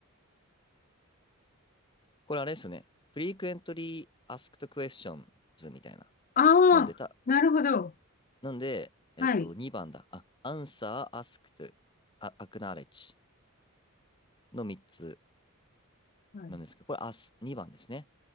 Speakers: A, on the left (about 20°); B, on the left (about 40°).
A: これあれですよね。Frequently Asked Questions みたいな。
B: ああー、
A: なんでた、
B: なるほど。
A: なんで、えっと、
B: はい。
A: 2番だ。あ、Answer, Asked, A- Acknowledge の3つ
B: はい。
A: なんですけど、これ、あす、2番ですね。